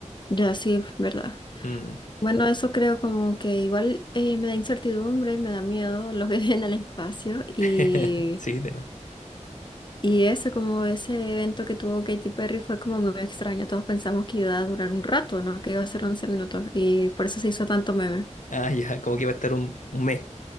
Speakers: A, on the left (about 40°); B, on the left (about 85°).
A: Ya, sí, verdad.
B: Mm.
A: Bueno, eso creo como que igual eh, me da incertidumbre, me da miedo lo que <laughs> viene al espacio y,
B: <laughs> Sí, demás.
A: y eso, como ese evento que tuvo Katy Perry fue como muy extraño. Todos pensamos que iba a durar un rato, ¿no? Que iba a ser 11 minutos y por eso se hizo tanto meme.
B: Ah, ya, como que iba a estar un, un mes.